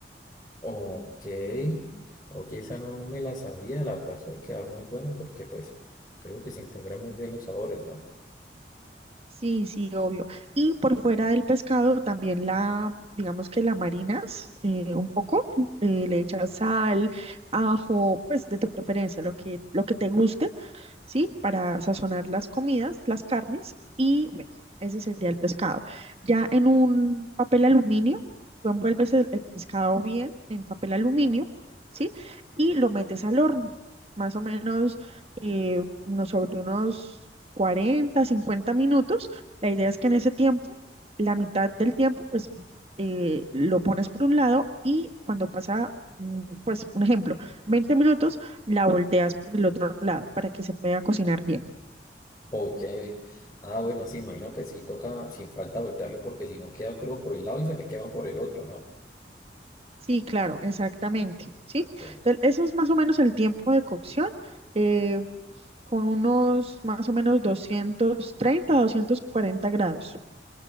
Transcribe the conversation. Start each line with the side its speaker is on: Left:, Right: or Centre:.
Left: Ok, oye, esa no, no me la sabía, la verdad suele quedar muy bueno porque pues creo que se integran muy bien los sabores, ¿no?
Right: Sí, sí, obvio. Y por fuera del pescado también la, digamos que la marinas eh, un poco, eh, le echas sal, ajo, pues de tu preferencia, lo que, lo que te guste. ¿sí? Para sazonar las comidas, las carnes y bueno, ese sería el pescado. Ya en un papel aluminio, tú envuelves el, el pescado bien en papel aluminio, ¿sí? Y lo metes al horno, más o menos eh, unos- sobre unos 40, 50 minutos. La idea es que en ese tiempo, la mitad del tiempo, pues eh, lo pones por un lado y cuando pasa, mm, pues un ejemplo, 20 minutos, la volteas por el otro lado para que se pueda cocinar bien.
Left: Ok, ah bueno, sí, imagino que sí toca sin falta voltearlo porque si no queda crudo por el lado y se me quema por el otro, ¿no?
Right: Sí, claro, exactamente. Sí,
Left: Ok,
Right: entonces eso es más o menos el tiempo de cocción, eh, con unos más o menos doscientos treinta doscientos cuarenta grados.